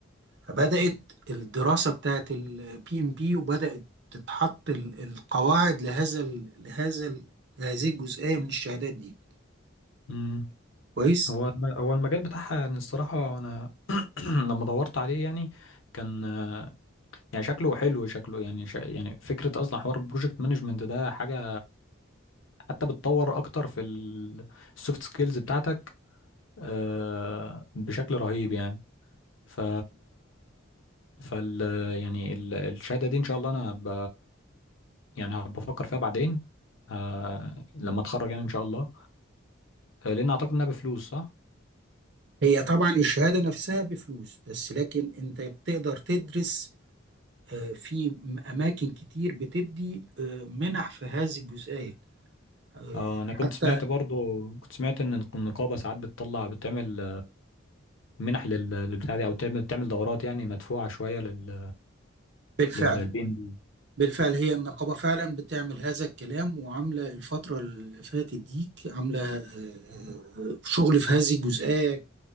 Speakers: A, on the right; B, on the left.
A: فبدأت الدراسة بتاعت البي ام بي وبدأت تتحط ال- القواعد لهذا ال لهذا ال هذه الجزئية من الشهادات دي
B: امم
A: كويس
B: هو الم- هو المجال بتاعها يعني الصراحة انا <clears throat> لما دورت عليه يعني كان يعني شكله حلو شكله يعني شا... يعني فكرة أصلا حوار البروجكت مانجمنت ده حاجة حتى بتطور أكتر في السوفت سكيلز بتاعتك آه، بشكل رهيب يعني ف فال يعني ال- الشهادة دي إن شاء الله أنا ب... يعني هبقى بفكر فيها بعدين آه، لما أتخرج يعني إن شاء الله آه، لأن أعتقد إنها بفلوس صح؟
A: هي طبعا الشهادة نفسها بفلوس بس لكن انت بتقدر تدرس آه، في م- أماكن كتير بتدي آه، منح في هذه الجزئية آه،
B: اه انا
A: حتى
B: كنت سمعت برضو كنت سمعت ان النقابه ساعات بتطلع بتعمل منح لل- للبتاع دي او بتعمل بتعمل دورات يعني مدفوعه شويه لل
A: بالفعل
B: للبي ام بي.
A: بالفعل هي النقابة فعلا بتعمل هذا الكلام وعاملة الفترة اللي فاتت ديك عاملة آه، آه، آه، شغل في هذه الجزئية